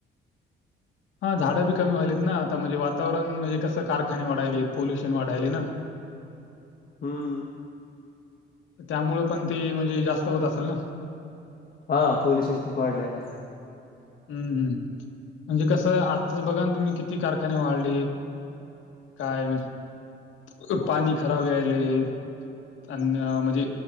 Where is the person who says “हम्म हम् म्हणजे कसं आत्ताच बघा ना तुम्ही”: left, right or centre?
Left